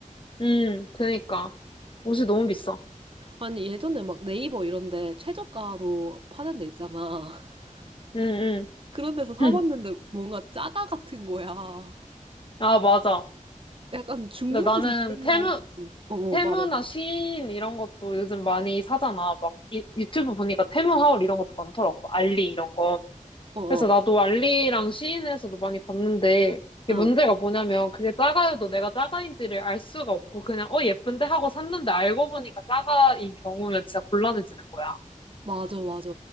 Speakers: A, on the left; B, on the right.
A: 음, 그니까. 옷이 너무 비싸.
B: 아니, 예전에 막 네이버 이런데 최저가로 파는 데 있잖아. <laughs>
A: 응,
B: 그런 데서 사봤는데
A: 응. <laughs>
B: 뭔가 짜가 같은 거야.
A: 아, 맞아.
B: 약간 중국에서
A: 근데 나는
B: 쓰는
A: 테무,
B: 거. 어, 어,
A: 테무나
B: 말해.
A: 시인 이런 것도 요즘 많이 사잖아. 막 유, 유튜브 보니까 테무 하울 이런 것도 많더라고. 막 알리 이런 거.
B: 어,
A: 그래서
B: 어,
A: 나도 알리랑 시인에서도 많이 봤는데 이게
B: 어.
A: 문제가 뭐냐면 그게 짜가요도 내가 짜가인지를 알 수가 없고 그냥 어 예쁜데 하고 샀는데 알고 보니까 짜가인 경우는 진짜 곤란해지는 거야.
B: 맞아, 맞아.